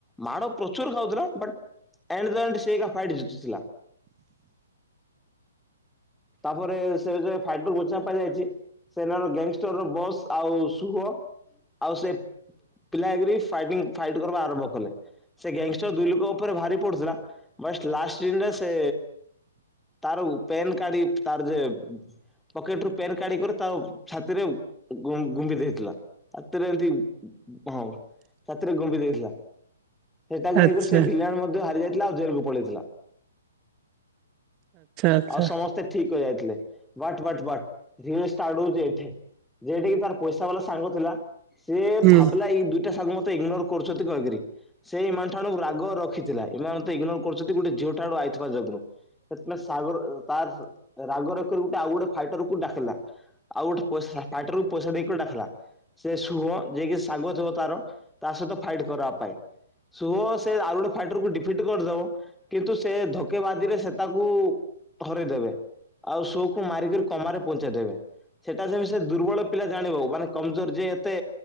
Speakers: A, in the centre; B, on the right (about 30°).
A: ମାଡ ପ୍ରଚୁର ଖାଉଥିଲା ବଟ୍ ଏଣ୍ଡ ଦ ଏଣ୍ଡ୍ ସେ ଏକା ଫାଇଟ୍ ଯିତୁଥିଲା। ତାପରେ ସେ ଯୋ ଫାଇଟୁ ମୁଚା ପାଇ ଯାଇଚି। ସେନାର ଗ୍ୟାଙ୍ଗ୍ ଷ୍ଟର୍ ର ବସ୍ ଆଉ ସୁହ ଆଉ ସେ ପିଲା ଏଗ୍ରି ଫାଇଟିଂ ଫାଇଟ୍ କରିବା ଆରମ୍ଭ କଲେ। ସେ ଗ୍ୟାଙ୍ଗଷ୍ଟର ଦୁଇ ଲୋକ ଉପରେ ଭାରି ପଡୁଥିଲା ବାସ୍ଟ ଲାଷ୍ଟ ସିଜିନ୍ ରେ ସେ ତାର ଉ ପେନ୍ କାଡ଼ି ତାର୍ ଯେ ପକେଟ ରୁ ପେନ୍ କାଢିକରି ତା ଛାତିରେ ଗୁ ଗୁମ୍ବି ଦେଇଥିଲା। ଚାତିରେ ଏମ୍ତି ହୁଁ ଛାତିରେ ଗୁମ୍ୱି ଦେଇଥିଲା। ସେଟାକୁ
B: ଆଚ୍ଛା
A: ନେଇକରି ସେ ଭିଲିଆନ୍ ମଧ୍ୟ ହାରି ଯାଇଥିଲା ଆଉ ଜେଲକୁୁ ପଳେଇଥିଲା।
B: ଆଚ୍ଛା
A: ଆଉ ସମସ୍ତେ ଠିକ ହେଇ ଯାଇଥିଲେ, ବଟ୍ ବଟ୍ ବଟ୍ ଧୀର ଷ୍ଟାର୍ଟ ହଉଚି ଏଠି। ଯେଟି କି ତାର ପଇସା ବାଲା ସାଙ୍ଗ ଥିଲା ସିଏ
B: ହୁଁ
A: ଭାବିଲା ଏଇ ଦୁଇଟା ସାଙ୍ଗ ମତେ ଇଗ୍ନୋର୍ କରୁଛନ୍ତି କହିକରି। ସେଇ ଏମାନ ଠାଣୁ ରାଗ ରଖିଥିଲା ଏମାନେ ତ ଇଗନୋର କରୁଛନ୍ତି ଗୋଟେ ଝିଅ ଟା ଆଡୁ ଆଇଥିବା ଯୋଗୁରୁ। ସେଥିମା ସାଗର ତାସ୍ ରାଗ ରଖି କରି ଗୋଟେ ଆଉ ଗୋଟେ ଫାଇଟରକୁ ଡାକ୍ଲା ଆଉ ଗୋଟେ ଫାଇଟର କୁ ପଇସା ଦେଇକରି ଡ଼ାକଲା। ସେ ସୁହ ଯିଏ କିି ସାଙ୍ଗ ଥିବ ତାର ତା ସହିତ ଫାଇଟ୍ କରିବା ପାଇଁ। ଶୁହ ସେ ଆଉ ଗୋଟେ ଫାଇଟର କୁ ଡିଫିଟ୍ କରିଦବ। କିନ୍ତୁ ସେ ଧୋକେ ବାଜିରେ ସେ ତାକୁ ହରେଇ ଦେବେ। ଆଉ ସୋକୁ ମାରିକରି କମାରେ ପହଞ୍ଚେଇ ଦେବେ। ସେଟା ସେ ଦୁର୍ବଳ ପିଲା ଜାଣିବ ମାନେ କମଜୋର ଯିଏ ଏତେ।